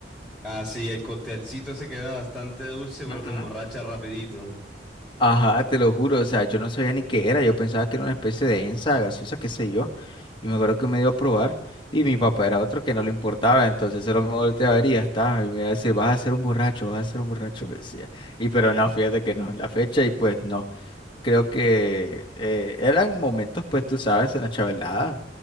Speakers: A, in the centre; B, on the left (about 30°).
A: Ah, sí, el coctelcito se queda bastante dulce, pero
B: Ujú.
A: te emborracha rapidito.
B: Ajá, te lo juro, o sea, yo no sabía ni qué era, yo pensaba que era una especie de ensa gaseosa, qué sé yo, y me acuerdo que me dio a probar, y mi papá era otro que no le importaba, entonces solo me volteaba a ver y ya está, y me iba a decir, vas a ser un borracho, vas a ser un borracho, me decía, y pero no, fíjate que no, la fecha, y pues no. creo que eh, eran momentos, pues tú sabes, en la chavalada,